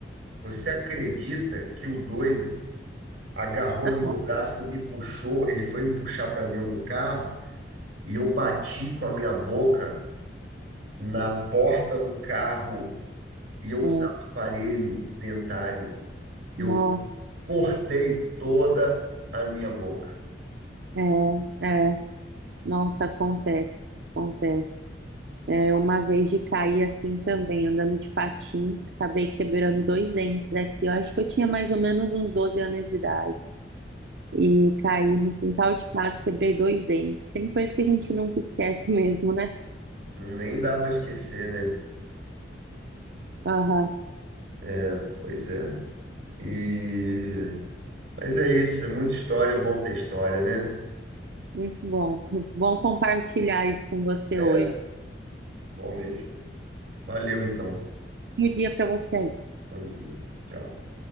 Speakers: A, on the right; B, on the right.
A: você acredita que o doido agarrou
B: Ah,
A: no meu braço e me puxou. Ele foi me puxar para dentro do carro e eu bati com a minha boca na porta do carro e eu
B: é,
A: usava aparelho dentário. Eu
B: Nossa,
A: cortei toda a minha boca.
B: é, é, nossa, acontece, acontece. É, uma vez de cair assim também, andando de patins, acabei quebrando dois dentes aqui. Eu acho que eu tinha mais ou menos uns 12 anos de idade. E caí no quintal de casa, quebrei dois dentes. Tem coisa que a gente nunca esquece <laughs> mesmo, né?
A: Nem dá para esquecer, né?
B: Aham,
A: É, pois é. E... Mas é isso, é muita história, é bom ter história, né?
B: muito bom. Muito Bom compartilhar isso com você
A: É,
B: hoje.
A: bom mesmo. Valeu então.
B: Um dia para você aí.
A: Bom dia. Tchau.